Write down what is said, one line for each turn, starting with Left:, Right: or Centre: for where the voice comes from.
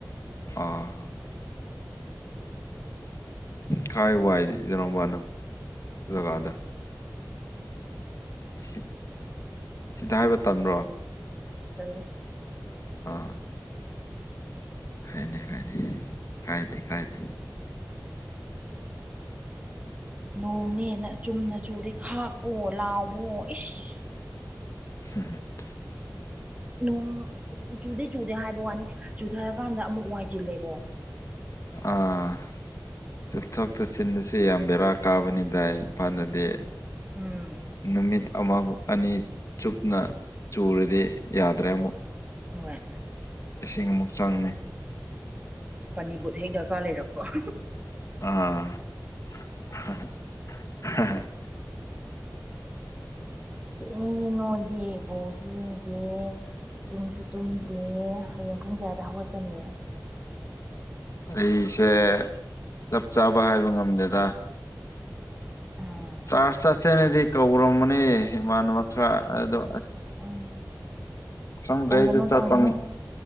Left: ꯑꯥ ꯀꯥꯏꯋꯥꯏꯗꯅꯣꯕ ꯅꯪ ꯖꯒꯥꯗꯣ ꯁꯤ ꯁꯤꯗ ꯍꯥꯏꯕ ꯇꯟꯕ꯭ꯔꯣ
Right: ꯇꯜꯂꯦ
Left: ꯑ ꯍꯥꯏꯅꯤ ꯍꯥꯏꯅꯤ ꯀꯥꯏꯗꯦ ꯀꯥꯏꯗꯦ
Right: ꯅꯣꯡꯅꯦꯅ ꯆꯨꯝꯅ ꯆꯨꯗꯦ ꯈꯥꯛꯄꯣ ꯂꯥꯎꯕꯣ ꯏꯁ
Left: <inaudible>
Right: ꯅꯣꯡ ꯆꯨꯗꯦ ꯆꯨꯗꯦ ꯍꯥꯏꯕ ꯋꯥꯅꯤ ꯆꯨꯊꯔꯀꯥꯟꯗ ꯑꯃꯨꯛ ꯋꯥꯏꯁꯤꯜꯂꯦꯀꯣ
Left: ꯑꯥ ꯆꯊꯣꯛꯇꯠꯁꯤꯟꯗꯁꯨ ꯌꯥꯝ ꯕꯦꯔꯥ ꯀꯥꯕꯅꯤ ꯗꯏ ꯏꯝꯐꯥꯜꯗꯗꯤ
Right: ꯎꯝ
Left: ꯅꯨꯃꯤꯠ ꯑꯃꯒ ꯑꯅꯤ ꯆꯨꯞꯅ ꯆꯨꯔꯗꯤ ꯌꯥꯗ꯭ꯔꯦ ꯑꯃꯨꯛ
Right: ꯍꯣꯏ
Left: ꯂꯤꯁꯤꯡ ꯑꯃꯨꯛ ꯆꯥꯡꯅꯤ
Right: ꯄꯅꯤꯕꯨꯠ ꯍꯩ ꯗꯔꯀꯥꯔ ꯂꯩꯔꯛꯄ
Left: ꯑꯥ
Right: ꯊꯦꯡꯉꯍꯦ ꯅꯣꯏꯗꯤ ꯕꯣꯁꯨ ꯌꯦꯡꯗꯦ ꯇꯨꯝꯁꯨ ꯇꯨꯝꯗꯦ ꯍꯌꯦꯡ ꯄꯨꯡ ꯀꯌꯥꯗ ꯍꯧꯒꯠꯀꯅꯤ
Left: ꯑꯩꯁꯦ ꯆꯞ ꯆꯥꯕ ꯍꯥꯏꯕ ꯉꯝꯗꯦꯗ
Right: ꯑꯝ
Left: ꯆꯥꯔꯖ ꯆꯠꯁꯦꯅꯗꯤ ꯀꯧꯔꯝꯕꯅꯦ ꯏꯃꯥꯟꯅꯕ ꯈꯔ ꯑꯗꯣ ꯑꯁ
Right: ꯎꯝ
Left: ꯆꯪꯗ꯭ꯔꯦ
Right: ꯇꯟꯒꯅꯨ
Left: ꯑꯩꯁꯨ ꯆꯠꯄ
Right: ꯇꯟꯒꯅꯨ